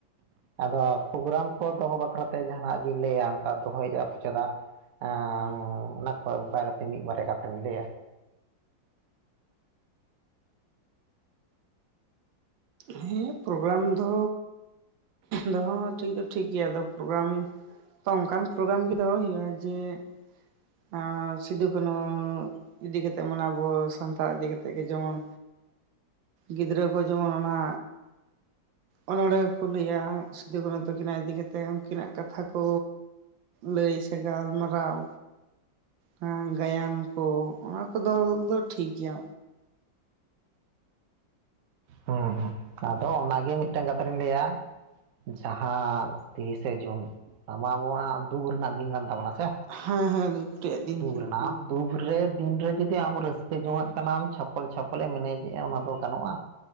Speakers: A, on the right; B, on the right.
A: ᱟᱫᱚ ᱯᱨᱳᱜᱨᱟᱢ ᱠᱚ ᱫᱚᱦᱚ ᱵᱟᱠᱷᱨᱟ ᱛᱮ ᱡᱟᱦᱟᱱᱟᱜ ᱵᱤᱱ ᱞᱟᱹᱭᱟ, ᱚᱱᱠᱟ ᱫᱚᱦᱚᱭᱮᱫ ᱟᱯᱮ ᱪᱮᱫᱟᱜ? ᱦᱮᱸ ᱚᱱᱟ ᱠᱚ ᱵᱟᱨᱮ ᱛᱮ ᱢᱤᱫ ᱵᱟᱨᱭᱟ ᱠᱟᱛᱷᱟ ᱵᱤᱱ ᱞᱟᱹᱭᱟ
B: ᱦᱮᱸ ᱯᱨᱳᱜᱨᱟᱢ ᱫᱚ ᱫᱚᱦᱚ ᱦᱚᱸ ᱴᱷᱤᱠ ᱫᱚ ᱴᱷᱤᱠ ᱜᱮᱭᱟ, ᱟᱫᱚ ᱯᱨᱳᱜᱨᱟᱢ ᱛᱚ ᱚᱱᱠᱟᱱ ᱯᱨᱳᱜᱨᱟᱢ ᱜᱮ ᱫᱚᱦᱚᱭ ᱦᱩᱭᱩᱜᱼᱟ ᱡᱮ ᱦᱮᱸ <unintelligible> ᱦᱚᱸ ᱥᱤᱫᱩᱼᱠᱟᱹᱱᱦᱩ ᱤᱫᱤ ᱠᱟᱛᱮᱜ ᱢᱟᱱᱮ ᱟᱵᱚ ᱥᱟᱱᱛᱟᱲ ᱤᱫᱤ ᱠᱟᱛᱮᱜ ᱜᱮ ᱡᱮᱢᱚᱱ ᱜᱤᱫᱽᱨᱟᱹ ᱠᱚ ᱡᱮᱢᱚᱱ ᱚᱱᱟ ᱚᱱᱚᱬᱦᱮᱸ ᱠᱚ ᱞᱟᱹᱭᱟ ᱥᱤᱫᱩ ᱠᱟᱱᱦᱩ ᱛᱟᱹᱠᱤ ᱱᱟᱜ ᱤᱫᱤ ᱠᱟᱛᱮᱫ ᱩᱱᱠᱤᱱᱟᱜ ᱠᱟᱛᱷᱟ ᱠᱚ ᱞᱟᱹᱭ ᱥᱮ ᱜᱟᱞᱢᱟᱨᱟᱣ ᱦᱮᱸ ᱜᱟᱭᱟᱱ ᱠᱚ᱾ ᱚᱱᱟ ᱠᱚᱫᱚ ᱫᱚ ᱴᱷᱤᱠ ᱜᱮᱭᱟ᱾
A: ᱦᱚᱸ ᱦᱚᱸ᱾ ᱛᱚ ᱚᱱᱟ ᱜᱮ ᱢᱤᱫᱴᱟᱝ ᱠᱟᱛᱷᱟ ᱞᱤᱧ ᱞᱟᱹᱭᱟ ᱡᱟᱦᱟᱸ ᱛᱤᱨᱤᱥᱮ ᱡᱩᱱ ᱱᱚᱣᱟ ᱢᱟ ᱟᱵᱚᱣᱟᱜ ᱫᱩᱠ ᱨᱮᱱᱟᱜ ᱫᱤᱱ ᱠᱟᱱ ᱛᱟᱵᱚᱱᱟ ᱥᱮ
B: ᱦᱮᱸ ᱦᱮᱸ ᱨᱮᱭᱟᱜ ᱫᱤᱱ
A: ᱫᱩᱨ ᱱᱟᱢ ᱫᱩᱠ ᱨᱮ ᱫᱤᱱ ᱨᱮ ᱡᱩᱫᱤ ᱟᱢ ᱨᱟᱹᱥᱠᱟᱹ ᱡᱚᱝᱼᱟᱜ ᱠᱟᱱᱟᱢ ᱪᱷᱟᱯᱚᱞ ᱪᱷᱟᱯᱚᱞᱮ ᱮᱱᱮᱡᱮᱜᱼᱟ, ᱚᱱᱟ ᱫᱚ ᱜᱟᱱᱚᱜᱼᱟ?